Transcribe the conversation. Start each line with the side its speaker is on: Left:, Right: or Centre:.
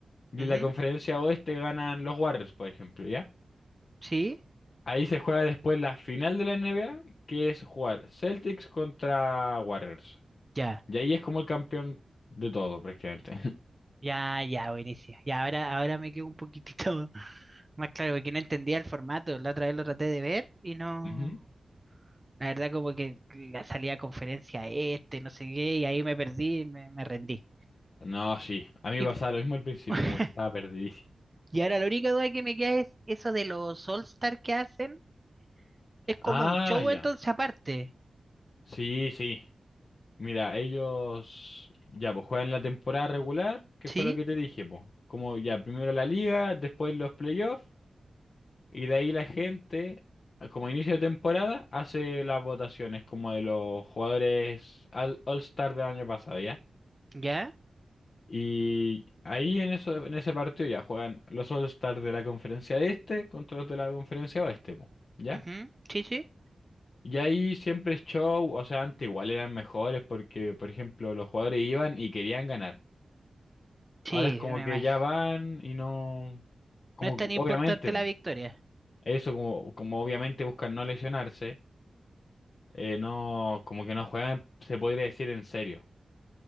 Left: y
Right: Ujú,
Left: en la conferencia oeste ganan los Warriors, por ejemplo, ¿ya?
Right: Sí,
Left: Ahí se juega después la final de la NBA, que es jugar Celtics contra Warriors.
Right: ya,
Left: Y ahí es como el campeón de todo, prácticamente.
Right: ya, ya, buenísimo. Y ahora, ahora me quedo un poquitito <laughs> más claro, porque no entendía el formato. La otra vez lo traté de ver y no.
Left: <laughs> Ujú.
Right: La verdad, como que la salía a conferencia este, no sé qué, y ahí me perdí, me, me rendí.
Left: No, sí. A mí
Right: Y,
Left: me
Right: cu-
Left: pasaba lo mismo al principio,
Right: <laughs>
Left: como que estaba perdidísimo.
Right: y ahora la única duda que me queda es eso de los All-Star que hacen. Es como
Left: Ah,
Right: un show
Left: ya.
Right: entonces aparte.
Left: Sí, sí. Mira, ellos ya pues juegan la temporada regular, que
Right: ¿Sí?
Left: fue lo que te dije, pues. Como ya primero la liga, después los playoffs Y de ahí la gente, como inicio de temporada, hace las votaciones como de los jugadores al- All-Star del año pasado, ¿ya?
Right: ¿Ya?
Left: Y ahí en eso, en ese partido ya juegan los All-Star de la conferencia este contra los de la conferencia oeste, po, ¿ya?
Right: ujú, Sí, sí.
Left: Y ahí siempre es show, o sea, antes igual eran mejores porque, por ejemplo, los jugadores iban y querían ganar.
Right: Sí,
Left: Ahora es como
Right: me
Left: que
Right: imag-
Left: ya van y no, como
Right: No es tan
Left: que-
Right: importante
Left: obviamente,
Right: la victoria.
Left: eso como, como obviamente buscan no lesionarse. eh, no, como que no juegan, se podría decir en serio.